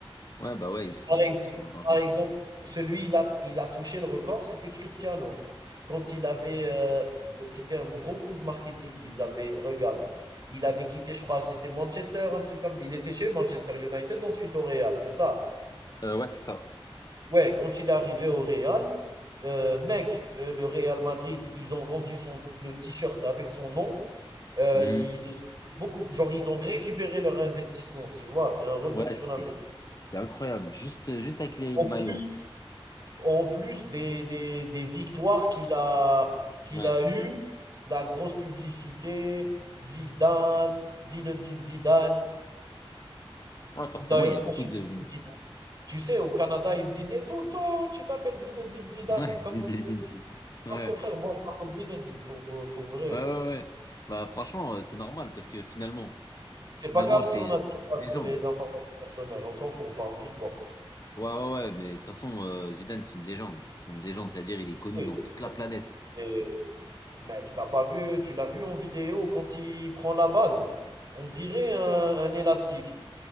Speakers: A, on the left; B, on the right.
A: Ouais, bah ouais, ils font,
B: Par exemple
A: ils font sûrement de l'argent.
B: par exemple, celui il a il a touché le record, c'était Cristiano. Quand il avait, heu, que c'était un gros coup de marketing, ils avaient regarde, il avait quitté, je crois, c'était Manchester, un truc comme il était chez Manchester United, ensuite au Real, c'est ça?
A: Euh, ouais, c'est ça.
B: Ouais, quand il est arrivé au Real, heu, mec, heu, le Real Madrid, ils ont vendu son le t-shirt avec son nom, heu,
A: Mhm.
B: ils ont beaucoup genre, ils ont récupéré leur investissement, tu vois? C'est un retour
A: Ouais,
B: sur
A: c'était,
B: l'investissement.
A: c'est incroyable. Juste, juste avec les,
B: En
A: les maillots.
B: plus En plus des des des victoires qu'il a qu'il
A: Ouais.
B: a eues, la grosse publicité, Zidane, Zinedine Zidane.
A: Ouais, forcément,
B: D'ailleurs,
A: il y a beaucoup
B: moi, je suis
A: de,
B: Zinedine. Tu sais, au Canada, ils me disaient tout le temps: «Tu t'appelles Zinedine Zidane,
A: <laughs> ouais,
B: comme
A: Zinedine
B: Zidane».
A: Zidane. Ouais.
B: Parce que frère, moi, je m'appelle Zinedine pour pour vrai.
A: Ouais, ouais, ouais. Bah, franchement, euh, c'est normal parce que finalement,
B: C'est
A: finalement,
B: pas grave
A: c'est
B: si on a dit ça
A: c'est une légende.
B: sur les informations personnelles, on s'en fout, on parle du sport.
A: Ouais, ouais, ouais, mais de toute façon, euh, Zidane, c'est une légende. C'est une légende, c'est-à-dire, il est connu
B: Oui,
A: dans toute la planète.
B: c'est mec, t'as pas vu tu l'as vu en vidéo quand il prend la balle? On dirait un un élastique.